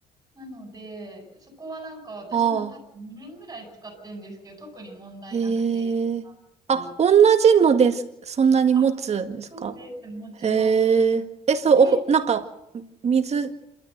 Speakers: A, on the right (about 20°); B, on the right (about 40°).
A: なので、そこはなんか私も多分2年ぐらい使ってんですけど、
B: ああー。
A: 特に問題なくて、
B: へえ。
A: あのところ。
B: あ、同じのです。そんなに持つんですか
A: あ、そうです。持ちます。
B: へえ。え、そう、
A: で、
B: おふ、なんか、水、